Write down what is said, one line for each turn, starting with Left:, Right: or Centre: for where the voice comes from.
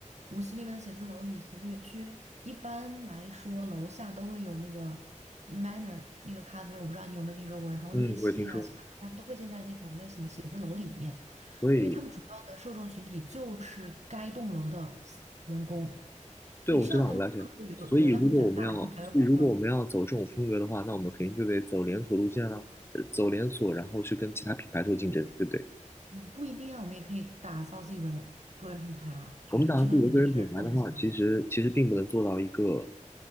Right: 无锡那边的写字楼里、写字园区，一般来说楼下都会有那个 Manner 那个咖啡，我不知道你有没有听说过。然后瑞幸啊、
Left: 嗯，我也听说过，
Right: 星巴克，他们都会建在那种类型的写字楼里面，
Left: 所以
Right: 因为他们主要的受众群体就是该栋楼的员工，
Left: 对，
Right: 所以这样他们的客户流流量会比较大，
Left: 我知道，我了解。所以，如果我们要，
Right: 会比较有保证。
Left: 所以如果我们要走这种风格的话，那我们肯定就得走连锁路线了，呃走连锁，然后去跟其他品牌做竞争，对不对？
Right: 嗯，不一定啊，我们也可以打造自己的个人品牌啊，就是这个肯定是后面的想法。
Left: 我们打造自己的个人品牌的话，其实其实并不能做到一个